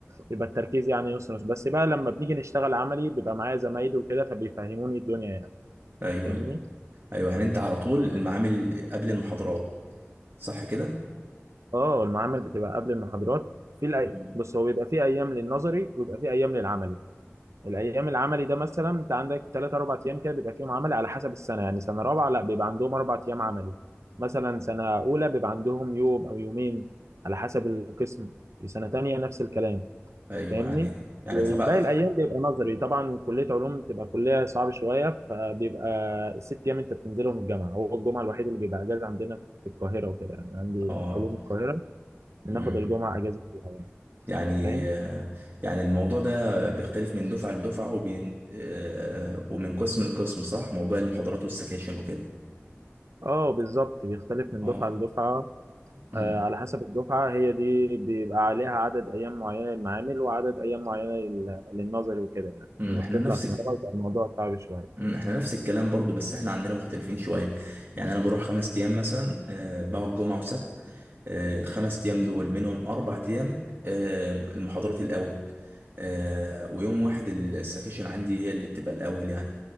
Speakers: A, on the right (about 85°); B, on the right (about 45°).
A: بيبقى التركيز يعني نص نص بس بقى لما بنيجي نشتغل عملي بيبقى معايا زمايلي وكده فبيفهموني الدنيا يعني
B: ايوه
A: فاهمني
B: ال- ايوه يعني انت على طول المعامل قبل المحاضرات صح كده
A: اه المعامل بتبقى قبل المحاضرات في الأي...
B: مم.
A: بص هو بيبقى في ايام للنظري وبيبقى في ايام للعملي الايام العملي ده مثلا انت عندك ثلاث اربع ايام كده بيبقى فيهم عملي على حسب السنه يعني سنه رابعه لا بيبقى عندهم اربع ايام عملي مثلا سنه اولى بيبقى عندهم يوم او يومين على حسب القسم سنه تانية نفس الكلام
B: ايوه
A: فاهمني
B: يعني يعني
A: والباقي
B: تبع
A: الايام بيبقى نظري طبعا كليه علوم تبقى كليه صعبه شويه فبيبقى الست ايام انت بتنزلهم الجامعه هو الجمعه الوحيد اللي بيبقى اجازه عندنا في القاهره وكده يعني عندي
B: اه
A: علوم القاهره بناخد
B: مم.
A: الجمعه اجازه فيها
B: يعني
A: فاهم
B: يعني الموضوع ده بيختلف من دفعة لدفعة وبين آه، ومن قسم لقسم صح موضوع المحاضرات والسكاشن وكده
A: اه بالظبط بيختلف من
B: اه
A: دفعه لدفعه
B: أمم.
A: آه، على حسب الدفعة هي دي بيبقى عليها عدد أيام معينة للمعامل وعدد أيام معينة لل- للنظري وكده يعني
B: أمم،
A: لما
B: احنا
A: بتطلع
B: نفس
A: سنة أولى بيبقى الموضوع صعب شوية
B: مم، احنا نفس الكلام برضو بس احنا عندنا مختلفين شوية يعني انا بروح خمس ايام مثلا آه، بقعد جمعة وسبت آه، الخمس ايام دول منهم اربع ايام آه، المحاضرات الاول آه، ويوم واحد السكاشن عندي هي اللي بتبقى الاول يعني